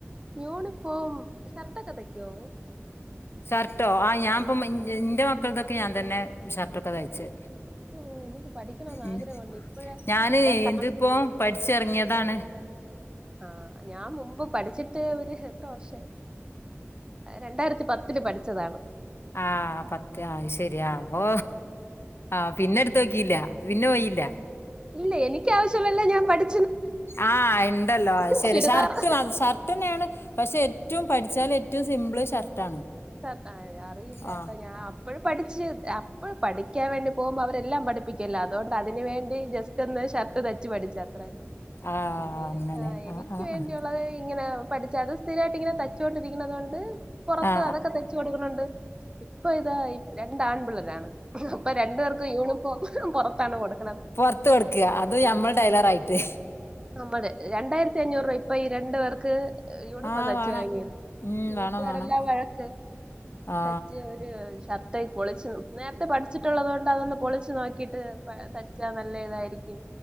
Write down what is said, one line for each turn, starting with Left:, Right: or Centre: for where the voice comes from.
Right: യൂണിഫോം ഷർട്ടൊക്കെ തയ്ക്കോ?
Left: ഷർട്ടോ ആ ഞാനിപ്പം എന്റെ മക്കളതൊക്കെ ഞാൻ തന്നെ ഷർട്ടൊക്കെ തയ്ച്ചേ.
Right: ഓ എനിക്ക് പഠിക്കണന്ന്
Left: ഉം
Right: ആഗ്രഹമുണ്ട് ഇപ്പോഴേ
Left: ഞാന്
Right: രണ്ടാൺപിള്ളേരാണ്
Left: ഇതിപ്പോ പഠിച്ചിറങ്ങിയതാണ്.
Right: ആഹ് ഞാൻ മുമ്പ് പഠിച്ചിട്ട് ഒരു രണ്ട് വർഷമായി. രണ്ടായിരത്തി പത്തില് പഠിച്ചതാണ്.
Left: ആഹ് പത്ത് ആ ശരിയാ അപ്പൊ ആഹ പിന്നെ എടുത്ത് നോക്കില്ല പിന്നെ പോയില്ല
Right: ഇല്ല എനിക്ക് ആവശ്യളെ അല്ലെ ഞാൻ പഠി
Left: ആഹ ഉണ്ടല്ലോ ശരി
Right: ചുരിദാറും
Left: ഷർട്ട് ഷർട്ട് തന്നെയാണ് പക്ഷെ ഏറ്റവും പഠിച്ചാാല ഏറ്റവും സിംപിൾ ഷർട്ടാണ്
Right: ഷർട്ടാണ് അറിയില്ല
Left: ആ
Right: ട്ടാ ഞാൻ അപ്പോഴ പഠിച്ച് അപ്പോഴ പഠിക്കാൻ വേണ്ടി പോകുമ്പോൾ അവരെല്ലാം പഠിപ്പിക്കില്ലോ അതുകൊണ്ട് അതിന് വേണ്ടി ജസ്റ്റ് ഒന്ന് ഷർട്ട് തച്ചു പഠിച്ച്‌ അത്രതന്നെ
Left: ആ
Right: പിന്നെ
Left: അങ്ങനെ
Right: എനിക്ക്
Left: ആ ആ ആ
Right: വേണ്ടിയുള്ളത് ഇങ്ങനെ പഠിച്ച അത് സ്ഥിരായിട്ടിങ്ങനെ തച്ചുകൊണ്ടിരിക്കുന്നത് കൊണ്ട് പുറത്ത്
Left: ആ
Right: അതൊക്കെ തൈച്ച് കൊടുക്കണണ്ട് ഇപ്പൊ ഇതാ രണ്ട് ആൺപിള്ളേരാണ് അപ്പൊ രണ്ടു പേർക്കും യൂണിഫോം പുറത്താണ് കൊടുക്കു
Left: പൊറത്ത് കൊടുക്കുക അത് ഞമ്മൾ ടൈലറായിട്ട്
Right: നമ്മള് രണ്ടായിരത്തി അഞ്ഞൂറ് രൂപ ഇപ്പൊ ഈ രണ്ടു പേർക്ക് യൂണിഫോം
Left: ആ
Right: തച്ചു
Left: വേണം
Right: വാങ്ങിയത്
Left: ഉം
Right: വീട്ടുകാരല്ലാം
Left: വേണം വേണം
Right: വഴക്ക്
Left: ആ
Right: തച്ച് ഒരു ഷർട്ട് പൊളിച്ച് നേരത്തെ പഠിച്ചിട്ടുള്ളത കൊണ്ട് അതൊന്ന് പൊളിച്ചു നോക്കിട്ട് തച്ചാ നല്ല ആയിരിക്കും